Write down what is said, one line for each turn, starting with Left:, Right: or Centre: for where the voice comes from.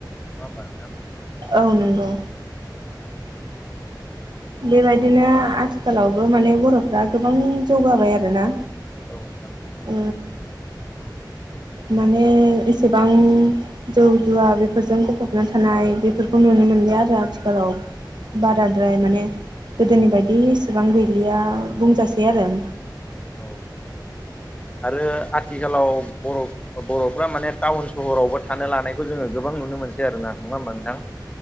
Left: होमबा नोंथां
Right: औ नंगौ। बेबायदिनो आथिखालावबो माने बर'फ्रा गोबां जौगाबाय आरोना
Left: औ नोंथां।
Right: ओ माने एसेबां जौ जुवा बेफोरजों गफबना थानाय बेफोरखौ नुनो मोनलिया आरो आथिखालाव। बाराद्राय माने गोदोनि बायदि इसेबां गैलिया बुंजासै आरो।
Left: औ आरो आथिखालाव बर' बर'फ्रा माने टाउन सहरावबो थानो लानायखौ जोङो गोबां नुनो मोनसै आरोना, नङा होमबा नोंथां?